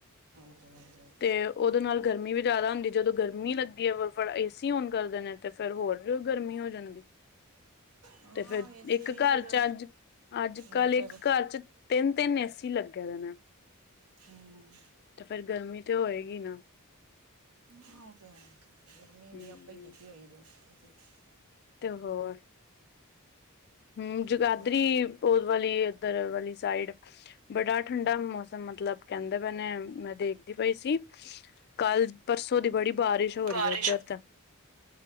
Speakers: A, on the right; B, on the left.
A: <unintelligible>
B: ਤੇ ਉਹਦੇ ਨਾਲ ਗਰਮੀ ਵੀ ਜ਼ਿਆਦਾ ਹੁੰਦੀ ਹੈ ਜਦੋਂ ਗਰਮੀ ਲੱਗਦੀ ਹੈ ਫਟਾ- ਫਟ ਏ ਸੀ ਔਨ ਕਰ ਦਿੰਨੇ ਐ ਤੇ ਫਿਰ ਹੋਰ ਵੀ ਗਰਮੀ ਹੋ ਜਾਂਦੀ
A: ਹਾਂ
B: ਤੇ ਫਿਰ
A: ਏਸੀ
B: ਇੱਕ
A: ਵੀ
B: ਘਰ
A: ਫਿਰ
B: ਚ ਅੱਜ, ਅੱਜ-
A: ਮੀਟਰ
B: ਕੱਲ੍ਹ ਇੱਕ ਘਰ ਚ ਤਿੰਨ -ਤਿੰਨ ਏ ਸੀ ਲੱਗੇ ਨੇ ਮੈਮ।
A: ਹੂੰ।
B: ਤੇ ਫੇਰ ਗਰਮੀ ਤੇ ਹੋਏਗੀ ਨਾ।
A: ਹਾਂ ਉਹ ਤੇ ਹੈ ਗਰਮੀ ਵੀ
B: ਹਮ
A: ਆਪਾ ਹੀ ਕੀਤੀ ਹੋਈ ਹੈ। <unintelligible>
B: ਤੇ ਹੋਰ। ਹੂੰ ਜਗਾਧਰੀ
A: ਹੋਰ
B: <unintelligible> ਵਾਲੀ ਇੱਧਰ ਵਾਲੀ ਸਾਈਡ ਬੜਾ ਠੰਡਾ ਮੌਸਮ ਮਤਲਬ ਕਹਿੰਦੇ ਪਏ ਨੇ ਮੈਂ ਦੇਖਦੀ ਪਈ ਸੀ ਕੱਲ੍ਹ, ਪਰਸੋਂ ਦੀ ਬੜੀ ਬਾਰਿਸ਼ ਹੋ
A: ਬਾਰਿਸ਼
B: ਰਹੀ ਹੈ ਉੱਧਰ ਤਾਂ